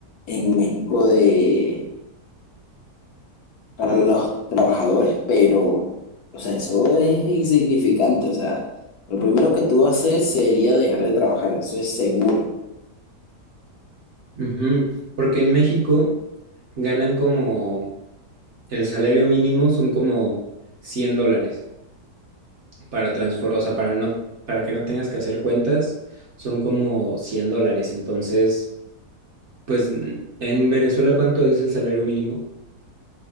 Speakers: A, on the left (about 70°); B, on the right (about 55°).
A: en México de, para los trabajadores, pero, o sea, eso es insignificante. O sea, lo primero que tú haces sería dejar de trabajar, eso es seguro.
B: Ujú, Porque en México ganan como el salario mínimo son como 100 dólares para transfor, o sea, para no, para que no tengas que hacer cuentas, son como 100 dólares. Entonces, pues n- en Venezuela, ¿cuánto es el salario mínimo?